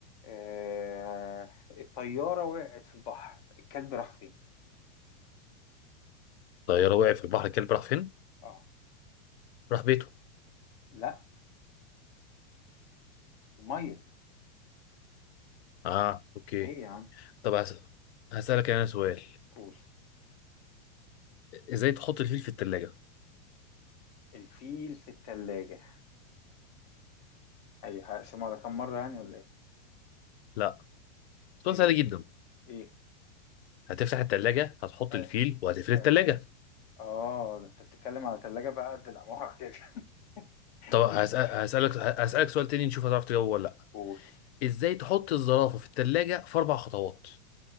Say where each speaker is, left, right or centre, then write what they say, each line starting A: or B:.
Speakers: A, on the left; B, on the left.
A: آه، الطيارة وقعت في البحر الكلب راح فين؟
B: طيارة وقع في البحر الكلب راح فين؟
A: اه
B: راح بيته
A: لا المية
B: اه اوكي
A: ايه يا عم؟
B: طب هس... هسألك انا سؤال
A: قول
B: ازاي تحط الفيل في التلاجة؟
A: الفيل في التلاجة اي هقسمها على كام مرة يعني ولا ايه؟
B: لا سؤال
A: ايه
B: سهل جدا
A: ايه
B: هتفتح التلاجة هتحط
A: اه
B: الفيل وهتقفل التلاجة
A: اه اه ده انت بتتكلم على تلاجة بقى قد العمارة كده <laughs>
B: طب هسأل... هسألك هسألك سؤال تاني نشوف هتعرف تجاوبه ولا لا
A: قول
B: ازاي تحط الزرافة في التلاجة في أربع خطوات؟